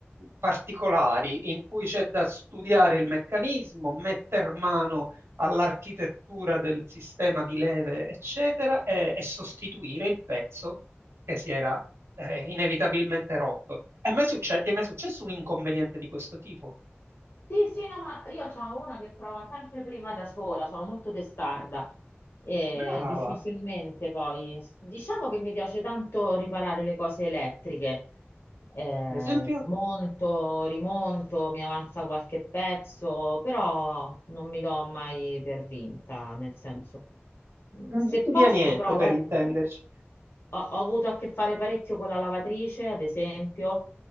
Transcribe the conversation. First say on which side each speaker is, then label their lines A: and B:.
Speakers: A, on the right (about 85°); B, on the left (about 60°).
A: particolari in cui c'è da studiare il meccanismo, metter mano all'architettura del sistema di leve, eccetera, e e sostituire il pezzo che si era eh, inevitabilmente rotto. E mi è succe- ti è mai successo un inconveniente di questo tipo?
B: Sì, sì, no, ma io sono una che prova sempre prima da sola, sono molto testarda e
A: Brava,
B: difficilmente poi... Diciamo che mi piace tanto riparare le cose elettriche, Eh,
A: per esempio,
B: smonto, rimonto, mi avanza qualche pezzo, però non mi do mai per vinta, nel senso, mm,
A: non
B: se
A: butto
B: posso
A: via niente
B: provo,
A: per
B: ecco
A: intenderci.
B: ho, ho avuto a che fare parecchio con la lavatrice, ad esempio.